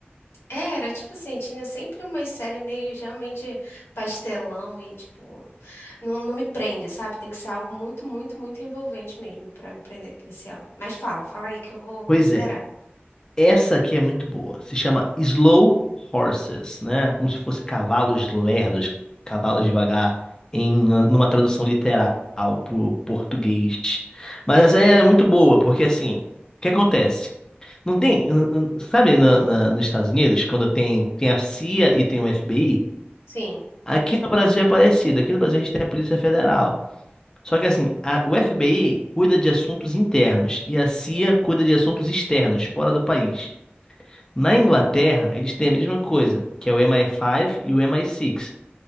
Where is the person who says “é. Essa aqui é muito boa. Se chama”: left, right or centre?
Left